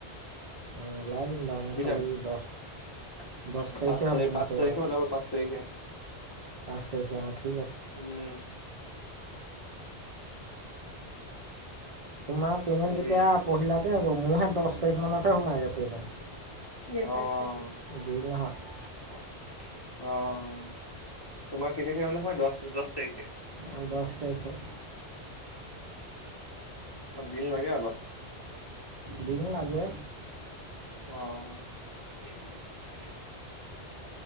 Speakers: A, on the right (about 60°); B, on the left (about 40°).
A: ওলাই দিম বাৰু মই
B: বুজিছা
A: খালী
B: নাই?
A: দহ দহ তাৰিখে
B: পাঁচ তাৰিখ
A: হ'ব
B: পাচঁ
A: মোৰ পে'মেণ্ট
B: তাৰিখে ওলাবা পাঁচ তাৰিখে।
A: পাঁচ তাৰিখে অ ঠিক আছে।
B: উম।
A: তোমাৰ পে'মেণ্ট
B: হেৰি
A: তেতিয়া পহিলাতে হ'ব মোৰহে দছ তাৰিখমানতহে সোমায়গে পে'মেণ্ট।
B: <unintelligible> অ
A: দেৰি নহয়।
B: অ তোমাৰ কে তাৰিখে বোলে সোমাই দছ দছ তাৰিখে।
A: অ দছ তাৰিখে।
B: অ দিন লাগে অলপ।
A: দিন লাগে।
B: অ'অ'।